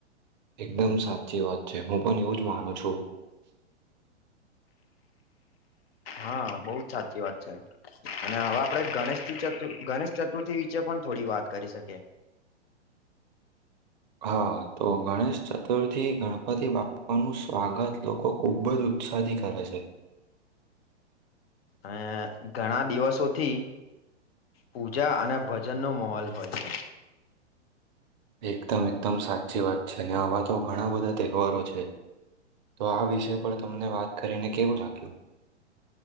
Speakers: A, on the right; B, on the left.
A: એકદમ સાચી વાત છે, હું પણ એવું જ માનું છું.
B: હા બહુ જ સાચી વાત છે, અને હવે આપડે ગણેશથી ગણેશ ચતુર્થી વિષે પણ થોડી વાત કરી શકે
A: <inaudible> હા, તો ગણેશ ચતુર્થી ગણપતિ બાપાનું સ્વાગત લોકો ખુબ જ ઉત્સાહથી કરે છે.
B: અ ઘણા દિવસોથી પૂજા અને ભજનનો માહોલ હોય છે,
A: એકદમ એકદમ સાચી વાત છે, ને આવા તો ઘણા બધા તહેવારો છે. તો આ વિષય પર તમને વાત કરીને કેવું લાગ્યું?